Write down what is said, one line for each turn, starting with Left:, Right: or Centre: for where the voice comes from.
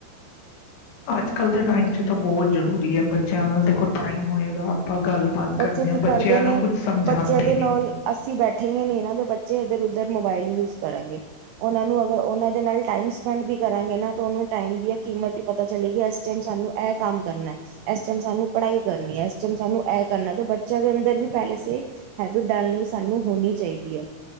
Left: ਅੱਜ- ਕੱਲ੍ਹ ਦੇ ਟਾਈਮ ਚ ਤਾਂ ਬਹੁਤ ਜਰੂਰੀ ਹੈ ਬ ਚੈਨਲ ਦੇ ਕੋਲ ਟਾਈਮ ਹੋਏਗਾ। ਗੱਲਬਾਤ
Right: ਬੱਚੇ
Left: ਹਾਂ
Right: ਕੀ ਕਰਦੇ ਨੇ
Left: ਕੁਝ ਸਮਝਾਉਂਦੇ
Right: ਬੱਚਿਆਂ ਦੇ ਨਾਲ ਅਸੀਂ ਬੈਠੇਗੇਂ ਨੀ ਤੋ ਬੱਚੇ ਇਧਰ ਉਧ ਉੱਧਰ ਮੋਬਾਇਲ ਯੂਜ ਕਰਾਂਗੇ। ਉਹਨਾਂ ਨੂੰ ਅਗਰ ਉਹਨਾਂ ਦੇ ਨਾਲ ਟਾਈਮ ਸਪੈਂ ਪੈਨ ਵੀ ਕਰਾਂਗੇ ਨਾ ਤਾਂ ਤੁਹਾਨੂੰ ਟਾਈਮ ਦੀਆਂ ਕੀਮਤ ਪਤਾ ਚਲੇਗੀ ਏਸ ਟਾਈਮ ਸਾਨੂੰ ਇਹ ਕੰਮ ਕਰਨਾ ਇਸ ਟਾਈਮ ਸਾਨੂੰ ਪੜ੍ਹਾਈ ਕਰਨੀ ਹੈ ਏਸ ਟਾਈਮ ਸਾਨੂੰ ਕਰਨਾ ਤੇ ਬੱਚਿਆਂ ਦੇ ਅੰਦਰ ਵੀ ਪਹਿਲੇ ਸਹੀ ਹੈਬਿਟ ਡਾਲਣੀ ਸਾਨੂੰ ਹੋਣੀ ਚਾਹੀਦੀ ਹੈ।